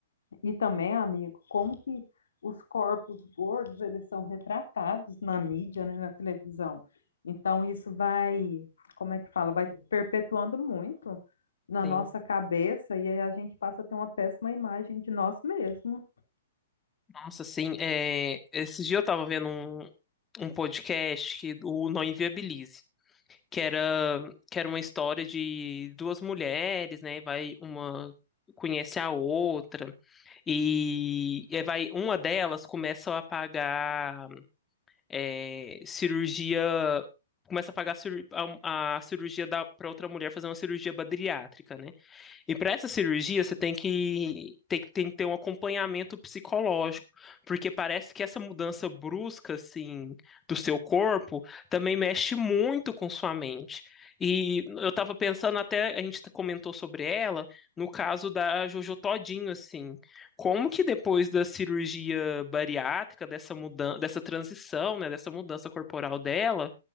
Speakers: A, on the left (about 80°); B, on the left (about 15°).
A: E também, amigo, como que os corpos gordos, eles são retratados na mídia, né, na televisão. Então, isso vai, como é que fala? Vai perpetuando muito na
B: sim
A: nossa cabeça e aí a gente passa a ter uma péssima imagem de nós mesmos.
B: Nossa, assim, é, esses dias eu tava vendo um, um podcast que o Não Inviabilize, que era, que era uma história de duas mulheres, né? Vai uma conhece a outra e, e vai uma delas começa a pagar é, cirurgia, começa a pagar cir- a, a cirurgia da para outra mulher fazer uma cirurgia bariátrica, né? E para essa cirurgia, você tem que, tem, que- tem que ter um acompanhamento psicológico, porque parece que essa mudança brusca, assim, do seu corpo também mexe muito com sua mente. E eu estava pensando até, a gente comentou sobre ela, no caso da Jojo Todinho, assim, como que depois da cirurgia bariátrica, dessa mudança, dessa transição, né, dessa mudança corporal dela,